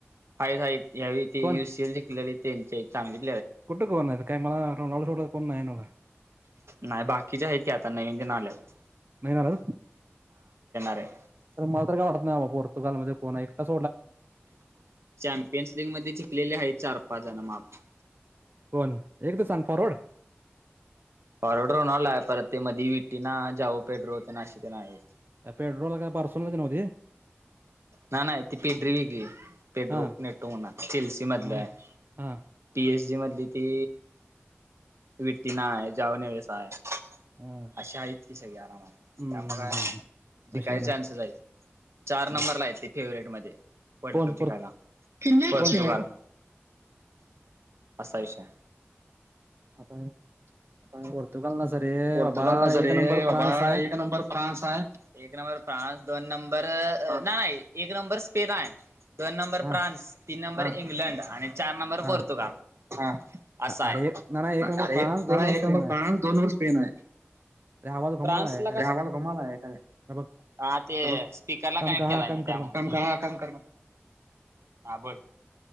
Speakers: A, on the right; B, on the right.
A: हाईट हाईट यावेळी ते
B: कोण
A: युसीएल शिकलेले त्यांचे चांगले
B: कुठं कोण आहेत मला आणि रोन्याला सोडलं तर कोण नाही नव्हं का.
A: नाही बाकीचे आहेत की आता नवीन ते नाल्यात.
B: नाही
A: आहे
B: तर मला तर काय वाटत ना पोर्तुगाल मध्ये कोणा एकटच
A: चॅम्पियन्स लीग मध्ये जिंकलेली आहे चार पाच जण माप.
B: कोण? एक तर सांग फॉरवड.
A: फॉरड, रोनला आहे, परत ते मधी विटीना, जाव पेड्रो ते अशी तीन आहेत.
B: पेट्रोल काय पारस नव्हते.
A: ना नाही ती पेडरी वगी पेड्रो
B: हा
A: नेटो म्हणा सेल्सी मधलं
B: हम्म,
A: आहे.
B: हा
A: पी. एच. डी. मधली ती विठ्टी ना आहे जावनेवेस आहे.
B: हा
A: अशा आहेतत की सगळे आरामात
B: हम्म,
A: त्यामुळे काय
B: हम्म.
A: जिकायचे
B: विषय
A: चान्सेस आहेत. चार
B: नाही
A: नंबर ला ये फेवरेट मध्ये वर्ल्ड
B: कोण
A: कप
B: पोर्त
A: जिंकायला, कनेक्टेड.
B: कोण
A: असा विषय.
B: आता
A: आता.
B: पोर्तुगाल ना सर रे
A: पोर्तुगाल
B: बाबा
A: ना स
B: एक
A: रे
B: नंबर
A: बाबा
B: फ्रान्स आहे
A: एक नंबर फ्रान्स आहे. एक नंबर फ्रान्स, दोन नंबर नाही एक नंबर स्पेनन, दोन नंबर
B: हा
A: फ्रान्स, तीन नंबर इंग्लंड आणि चार नंबर
B: हा
A: पोर्तुगाल. हा असा आहे
B: अरे एक ना ना एक नंबर
A: अरे
B: फ्रान्स दोन
A: ना एक
B: स्पेन
A: नंबर फस,,
B: आहे
A: दोन नंबर स्पेन आहे.
B: अरे आवाज
A: फ्रान्सला
B: घुमाला आहे काय
A: का. आवाज घुमाला एका
B: अरे बघ
A: हा ते स्पीकरला
B: काम
A: कनेक्ट
B: का
A: केला
B: हा काम
A: मी त्यामुळे
B: कर पण हा
A: हा बोल.